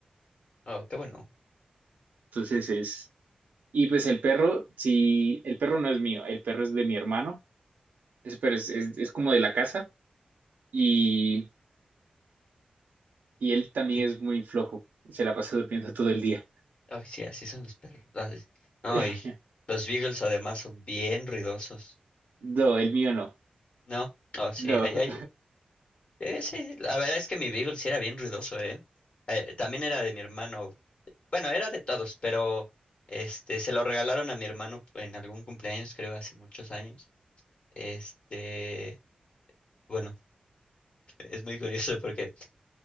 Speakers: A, on the left; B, on the right.
A: Oh, qué bueno.
B: Entonces es, y pues el perro, sí, el perro no es mío, el perro es de mi hermano, es- pero es, es, es como de la casa y, y él también
A: Sí,
B: es muy flojo, se la pasa durmiendo todo el día.
A: Ay, sí, así son los perros. Ay, No,
B: <laughs>
A: y los beagles además son bien ruidosos.
B: No, el mío no,
A: ¿No? Oh, sí,
B: no.
A: ahí hay. eh, sí, la verdad es que mi beagle sí era bien ruidoso, ¿eh? Eh, También era de mi hermano. Bueno, era de todos, pero este se lo regalaron a mi hermano en algún cumpleaños, creo, hace muchos años. Este, bueno, <laughs> es muy curioso porque